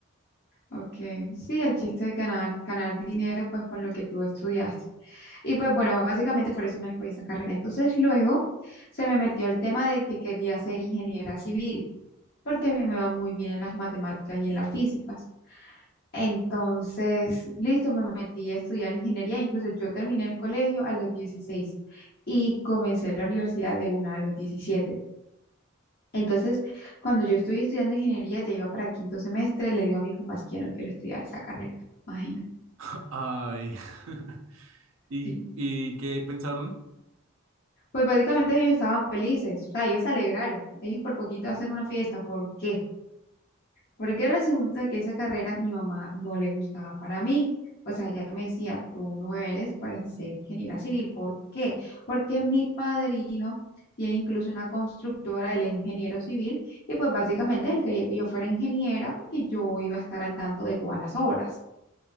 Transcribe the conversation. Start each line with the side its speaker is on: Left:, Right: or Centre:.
Left: Ok, sí, el chiste es ganar, ganar dinero pues con lo que tú estudiaste. Y pues bueno, básicamente por eso no escogí esa carrera. Entonces luego se me metió el tema de que quería ser ingeniera civil, porque a mí me va muy bien en las matemáticas y en las físicas. Entonces, listo, me metí a estudiar ingeniería. Incluso yo terminé el colegio a los 16 y comencé la universidad de una a los 17. Entonces, cuando yo estuve estudiando ingeniería, ya iba para quinto semestre, le digo a mis papás que ya no quiero estudiar esa carrera. Imagínate.
Right: <laughs> Ay. <laughs> ¿Y,
Left: Sí.
Right: y qué pensaron?
Left: Pues básicamente ellos estaban felices, o sea, ellos se alegraron. Ellos por poquito hacen una fiesta. ¿Por qué? Porque resulta que esa carrera mi mamá no le gustaba para mí. O sea, ella me decía, tú no eres para ser ingeniera civil. ¿Por qué? Porque mi padrino tiene incluso una constructora, él es ingeniero civil, y pues básicamente él quería que yo fuera ingeniera porque yo iba a estar al tanto de todas las obras.